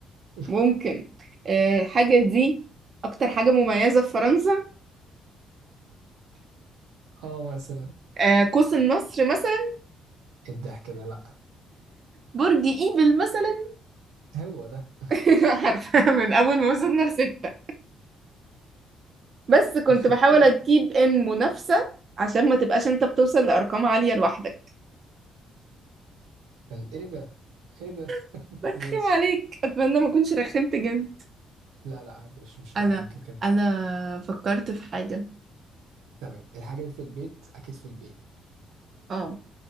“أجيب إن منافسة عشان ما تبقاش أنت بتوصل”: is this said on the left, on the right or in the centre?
Right